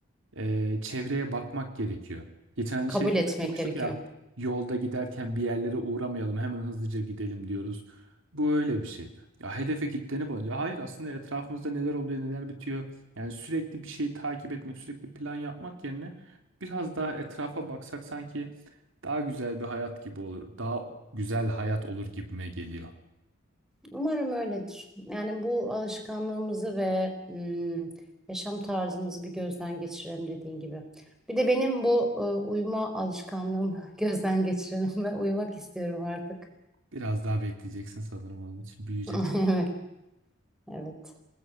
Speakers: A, on the right; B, in the centre.
A: e, çevreye bakmak gerekiyor. Geçen hani
B: kabul
A: şey konuşmuştuk
B: etmek gerekiyor.
A: ya yolda giderken bir yerlere uğramayalım hemen hızlıca gidelim diyoruz. Bu öyle bir şey. Ya hedefe kilitlenip ya hayır aslında etrafımızda neler oluyor neler bitiyor. Yani sürekli bir şeyi takip etmek sürekli plan yapmak yerine biraz daha etrafa baksak sanki daha güzel bir hayat gibi olur. Daha güzel hayat olur gibime geliyor.
B: Umarım öyledir. Yani bu alışkanlığımızı ve mm, yaşam tarzımızı bir gözden geçirelim dediğin gibi. Bir de benim bu e, uyuma alışkanlığımı <laughs> gözden geçirelim ve uyumak istiyorum artık.
A: Biraz daha bekleyeceksin sanırım onun için. Büyüyecek
B: <laughs> Evet, evet.